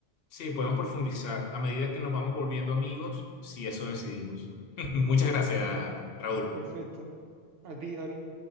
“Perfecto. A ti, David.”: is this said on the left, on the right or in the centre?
Right